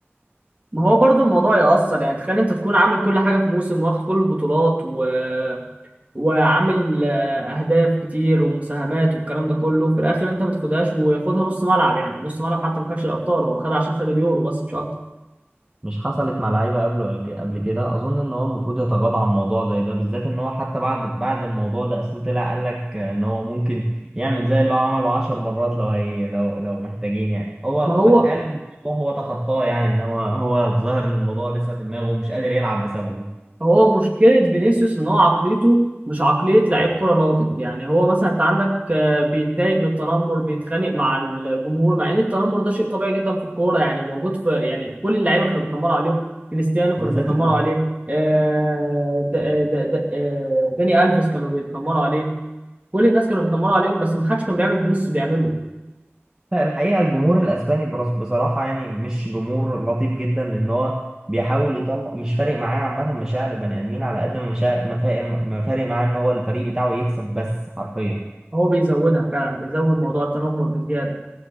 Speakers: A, on the right; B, on the right.
A: ما هو برضو الموضوع يأثر يعني تخيل انت تكون عامل كل حاجة في موسم واخد كل البطولات و وعامل آه، اهداف كتير ومساهمات والكلام ده كله في الاخر انت ما تاخدهاش وياخدها نص ملعب يعني نص ملعب حتى ما خدش الابطال هو خدها عشان خد اليورو بس مش اكتر
B: مش حصلت مع لعيبه قبله قبل ك- قبل كده اظن ان هو المفروض يتغاضى عن موضوع زي ده بالذات ان هو حتى بعد بعد الموضوع ده اصلا طلع قال لك ان هو ممكن يعمل زي اللي هو عمله 10 مرات لو هي لو لو محتاجين يعني هو
A: ما هو
B: ف- قال ان الموضوع هو تخطاه يعني انما هو الظاهر ان الموضوع لسه في دماغه ومش قادر يلعب بسببه
A: هو مشكلة فينيسيوس ان هو عقليته مش عقلية لعيب كرة ناضج يعني هو مثلا انت عندك آه، بيتضايق من التنمر بيتخانق مع الجمهور مع ان التنمر ده شيء طبيعي جدا في الكورة يعني موجود في يعني كل اللعيبة كانوا بيتنمروا عليهم كريستيانو كانوا
B: بالذات
A: بيتنمروا
B: الجمهور
A: عليه آه، د- آه، د- د- آه، داني ألفيس كانوا بيتنمروا عليه كل الناس كانوا بيتنمروا عليهم بس محدش كان بيعمل بنفس اللي فينيسيوس بيعمله
B: لا الحقيقة الجمهور الأسباني برص- بصراحة يعني مش جمهور لطيف جدا لأن هو بيحاول يطلع مش فارق معاه عامة مشاعر البني آدمين على قد ما مشاعر ما فارق ما فارق معاه إن هو الفريق بتاعه يكسب بس حرفيا
A: هو بيزودها فعلا بيزود موضوع التنمر بزياده